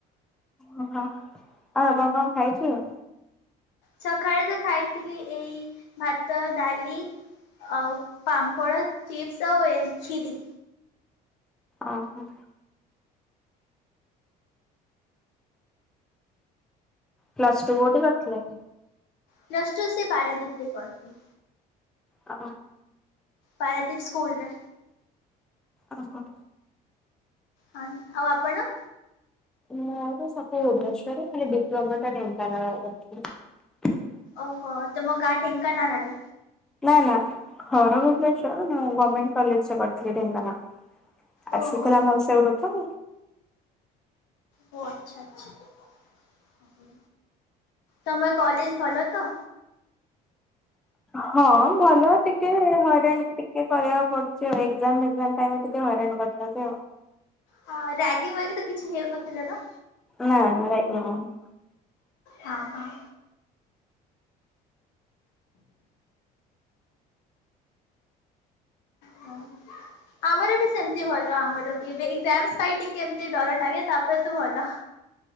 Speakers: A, in the centre; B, on the left.
A: ଓହୋ ଆଉ ଆପଣ କଣ ଖାଇଥିଲେ?
B: ସକାଳେ ତ ଖାଇଥିଲି ଏଇ ଭାତ ଡାଲି। ଆଉ ପାମ୍ପଡ ଚିପ୍ସ ଆଉ ଏ ଖିରି।
A: ଓହୋ। ପ୍ଲସ ଟୁ କୋଉଠି କରିଥିଲେ?
B: ପ୍ଲସ ଟୁ ସେ ପାରାଦ୍ୱୀପ ରେ କରିଥିଲି।
A: ଓ।
B: ପାରାଦ୍ୱୀପ ସ୍କୁଲରେ।
A: ଓହୋ।
B: ହଁ ଆଉ ଆପଣ।
A: ମୋର ସବୁ ଭୁବନେଶ୍ଵରରେ। ଖାଲି ଡିପ୍ଲୋମା ଟା ଢେଙ୍କାନାଳରେ କରିଥିଲି।
B: ଓହୋ ତମ ଗାଁ ଢେଙ୍କାନାଳାରୁ।
A: ନା ନା ଘର ଭୁବନେଶ୍ୱର ମୁଁ ଗମେଣ୍ଟ କଲେଜରେ ପଢଥିଲି ଢେଙ୍କାନାଲ୍।
B: ଓହୋ
A: ଆସିଥିଲା ମୋର ସେଇଠୁ ତ।
B: ଓ ଆଚ୍ଛା ଆଚ୍ଛା। ତମର କଲେଜ ଭଲ ତ।
A: ହଁ ଭଲ ଟିକେ ହଇରାଣ ଟିକେ କରିବାକୁ ପଡୁଛି ଆଉ। ଏଗଜାମ୍ ଫେଗଜାମ୍ ଟାଇମ୍ ରେ ଟିକେ ହଇରାଣ କରିଛନ୍ତି ଆଉ।
B: ହଁ ରାଗିଙ୍ଗ ବାଗି ତ କିଛି ହେଉନଥିଲେ ନା।
A: ନା ନା ରାଗିଙ୍ଗ୍ ହଉନି।
B: ହଁ ହଁ। ହଁ ଆମର ବି ସେମିତି ଭଲ। ଆମର ବେ ଏଜାମ ପାଇଁ ଟିକେ ଏମିତି ଡରର ଲାଗେ। ତାପରେ ତୁ ଭଲ।